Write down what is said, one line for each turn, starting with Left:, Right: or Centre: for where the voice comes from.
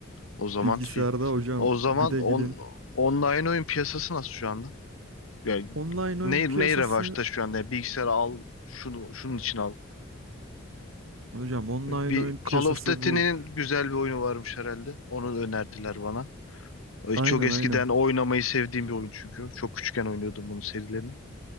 Left: O zaman
Right: Bilgisayarda
Left: fi-
Right: hocam
Left: o zaman
Right: bir de
Left: on,
Right: gidin.
Left: online oyun piyasası nasıl şu anda? Yani
Right: Online
Left: ne
Right: oyun piyasası
Left: ne revaçta şu anda? Yani bilgisayar al şunu şunun için al.
Right: hocam online
Left: Bir
Right: oyun piyasası
Left: Call of Duty'nin
Right: bu.
Left: güzel bir oyunu varmış herhalde. Onu da önerdiler bana. E,
Right: Aynen
Left: Çok eskiden
Right: aynen.
Left: oynamayı sevdiğim bir oyun çünkü. Çok küçükken oynuyordum bunun serilerini.